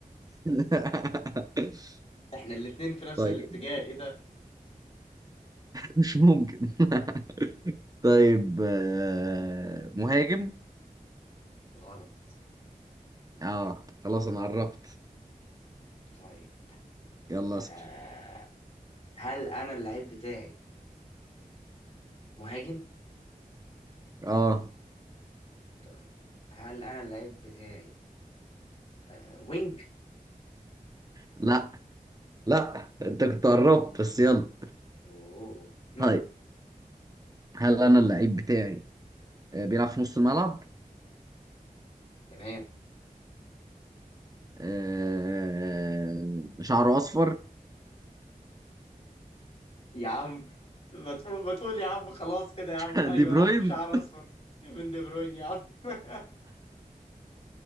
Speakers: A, on the right; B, on the left.
A: <laughs>
B: <laughs> احنا الاتنين في نفس
A: طيب
B: الاتجاه ايه ده
A: مش ممكن <laughs> طيب آه، مهاجم
B: غلط
A: اه خلاص انا عرفت
B: طيب
A: يلا
B: آه.
A: اسال
B: هل انا اللعيب بتاعي مهاجم
A: اه
B: طيب هل انا اللعيب بتاعي آه. وينج
A: لا لا انت كنت قربت بس يلا
B: اوه مم.
A: طيب هل انا اللعيب بتاعي آه، بيلعب في نص الملعب
B: تمام
A: آه، شعره اصفر
B: يا عم ما تقول ما تقول يا عم خلاص كده
A: <laughs>
B: يا عم ايوه
A: دي بروين
B: يا عم شعر اصفر كيفن دي بروين يا عم <laughs>